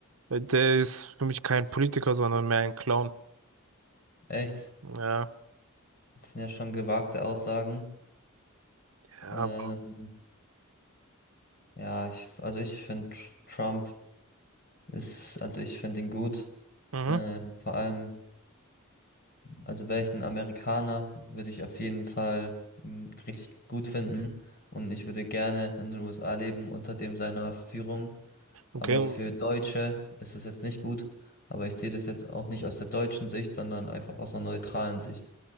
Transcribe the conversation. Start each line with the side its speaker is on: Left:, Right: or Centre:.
Right: Weil der ist für mich kein Politiker, sondern mehr ein Clown.
Left: Echt?
Right: Ja.
Left: Das sind ja schon gewagte Aussagen.
Right: Ja,
Left: Ähm, ja, ich, also ich finde Trump ist, also ich finde ihn gut.
Right: Mhm.
Left: Ähm, vor allem, also wäre ich ein Amerikaner, würde ich auf jeden Fall mm, richtig gut finden. Und ich würde gerne in den USA leben unter dem seiner Führung. Aber
Right: Okay.
Left: für Deutsche ist es jetzt nicht gut. Aber ich sehe das jetzt auch nicht aus der deutschen Sicht, sondern einfach aus einer neutralen Sicht.